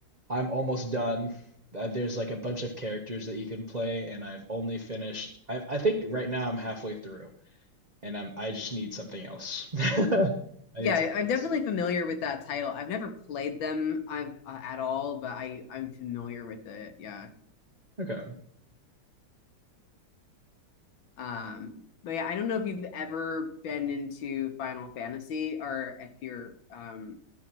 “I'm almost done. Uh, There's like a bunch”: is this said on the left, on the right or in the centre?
Right